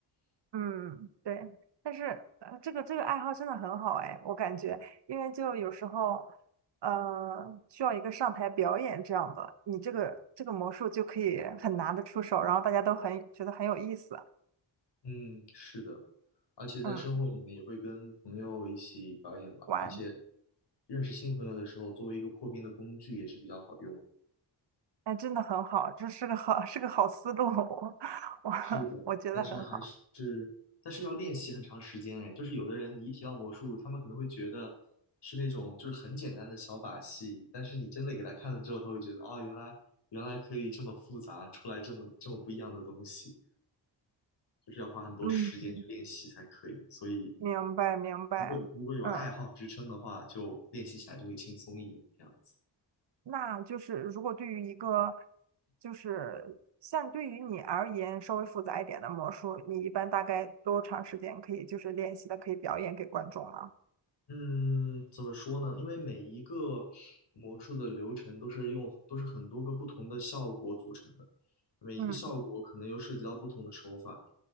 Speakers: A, on the right; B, on the left.
A: 嗯，对。但是，呃，这个这个爱好真的很好哎，我感觉，因为就有时候，呃，需要一个上台表演这样的，你这个这个魔术就可以很拿得出手，然后大家都很觉得很有意思，
B: 嗯，是的，而且在生活里面也会跟朋友一起表演吧，
A: 嗯，玩，
B: 而且认识新朋友的时候，作为一个破冰的工具也是比较好用。
A: 哎，真的很好，这是个好 <laughs> 是个好思路，<laughs> 我我我觉得很好，
B: 是的，但是还是，但是要练习很长时间哎，就是有的人你一提到魔术，他们可能会觉得是那种就是很简单的小把戏，但是你真的给他看了之后，他会觉得啊、原来原来可以这么复杂，出来这么这么不一样的东西，就是要花很多时间去练习才可以，
A: 嗯，
B: 所以
A: 明白明白，
B: 如果如果有爱好支撑的话，
A: 嗯。
B: 就练习起来就会轻松一点，这样子。
A: 那就是如果对于一个就是像对于你而言稍微复杂一点的魔术，你一般大概多长时间可以就是练习的，可以表演给观众呢？
B: 嗯，怎么说呢？因为每一个魔术的流程都是用都是很多个不同的效果组成的，每一个效果可能又涉及到不同的手法，
A: 嗯，